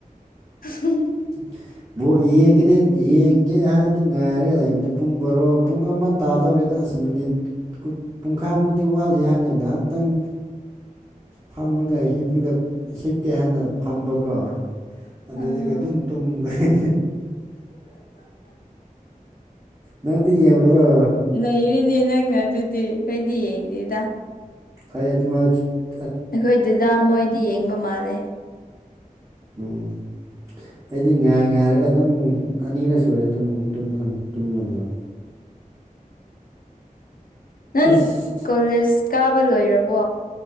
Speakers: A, on the left; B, on the right.
A: ꯎ <unintelligible>
B: <unintelligible> ꯕꯣꯜ ꯌꯦꯡꯒꯗꯤ ꯌꯦꯡꯒꯦ ꯍꯥꯏꯔꯗꯤ ꯉꯥꯏꯔꯒ ꯂꯩꯕꯅꯤ ꯄꯨꯡ ꯕꯣꯔꯣ ꯄꯨꯡ ꯑꯃ ꯇꯥꯗꯧꯔꯦꯗ ꯑꯁ ꯃꯤꯅꯤꯠ ꯄꯨꯡꯈꯥꯏ ꯃꯨꯛꯇꯤ ꯋꯥꯠꯂꯤ ꯍꯥꯏꯅ ꯉꯥꯏꯍꯥꯛꯇꯪ ꯐꯝꯃꯒ ꯍꯤꯞꯔꯒ ꯍꯤꯞꯀꯦ ꯍꯥꯏꯅ ꯐꯝꯕꯀꯣ ꯑꯗꯨꯗꯒꯤ
A: ꯑꯥ
B: ꯑꯗꯨꯝ ꯇꯨꯝꯈꯔꯦ ꯅꯪꯗꯤ ꯌꯦꯕꯔꯣ
A: ꯂꯩꯔꯤꯅꯦ ꯅꯪꯅ ꯑꯗꯨꯗꯤ ꯑꯩꯈꯣꯏꯗꯤ ꯌꯦꯡꯗꯦꯗ
B: ꯐꯌꯦꯗ ꯃꯥ <unintelligible>
A: ꯑꯩꯈꯣꯏ ꯗꯥꯗꯥ ꯃꯣꯏꯗꯤ ꯌꯦꯡꯕ ꯃꯥꯜꯂꯦ
B: ꯎꯝ ꯑꯩꯗꯤ ꯉꯥꯏ ꯉꯥꯏꯔꯒ ꯑꯗꯨꯝ ꯑꯅꯤꯔꯛ ꯁꯨꯔꯦ ꯇꯨꯝꯂꯝꯕ
A: ꯅꯪ
B: ꯑꯁ
A: ꯀꯣꯂꯦꯖ ꯀꯥꯕ ꯂꯣꯏꯔꯕꯣ